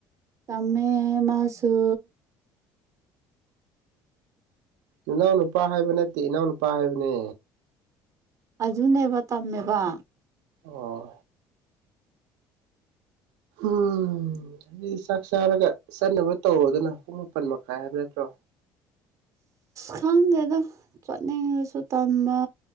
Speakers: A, on the right; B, on the right.
A: ꯇꯝꯃꯦ ꯃꯥꯁꯨꯁꯨ
B: ꯏꯅꯥꯎ ꯅꯨꯄꯥ ꯍꯥꯏꯕ ꯅꯠꯇꯦ ꯏꯅꯥꯎ ꯅꯨꯄꯥ ꯍꯥꯏꯕꯅꯦ
A: ꯖꯨꯅꯦꯕ ꯇꯝꯃꯦꯕ
B: ꯑꯣ ꯎꯝ ꯍꯥꯏꯗꯤ ꯆꯥꯛ ꯆꯥꯔꯒ ꯆꯠꯅꯕ ꯇꯧꯔꯣꯗꯅ ꯄꯨꯡ ꯃꯥꯄꯟ ꯃꯈꯥꯏ ꯍꯥꯏꯕ ꯅꯠꯇ꯭ꯔꯣ
A: ꯈꯪꯗꯦꯗ ꯆꯠꯅꯤꯡꯁꯨ ꯇꯝꯕ